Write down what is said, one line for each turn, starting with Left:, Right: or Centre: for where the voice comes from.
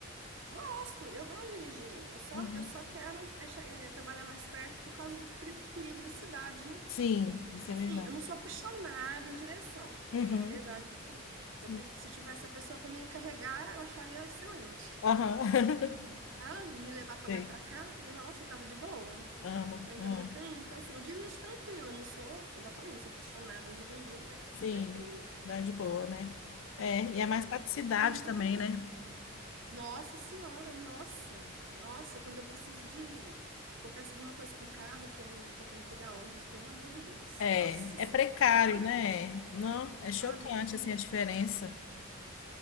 Right: Gosto, eu gosto de dirigir. Eu só,
Left: Uhum.
Right: eu só quero é, cha- é, trabalhar mais perto por causa do peri- perigo da cidade, né?
Left: Sim, isso
Right: Mas
Left: é
Right: assim,
Left: verdade.
Right: eu não sou apaixonada em direção, pra
Left: Uhum.
Right: te falar a verdade, assim. Eu
Left: Sim.
Right: prefiro, se tivesse uma pessoa pra me carregar, eu acharia excelente.
Left: Aham. <laughs>
Right: Sabe? Me levar pra
Left: Sei.
Right: lá e pra cá, eu, nossa, tava de boa.
Left: Amo.
Right: Mas
Left: amo.
Right: eu não tenho, então assim, eu dirijo tranquila. Eu não sou, igual eu falei, não sou apaixonada em dirigir, mas
Left: Sim,
Right: tranquilo.
Left: vai de boa, né? É, e é mais praticidade
Right: Tem que ter muita
Left: também,
Right: atenção.
Left: né?
Right: Nossa senhora, nossa, nossa, quando eu preciso de. Acontece alguma coisa com o carro que, ele, que eu tenho que pegar ônibus, pelo amor de Deus.
Left: É,
Right: Nossa senhora.
Left: é precário,
Right: Ai,
Left: né? Não, é chocante
Right: ah, não.
Left: assim a diferença.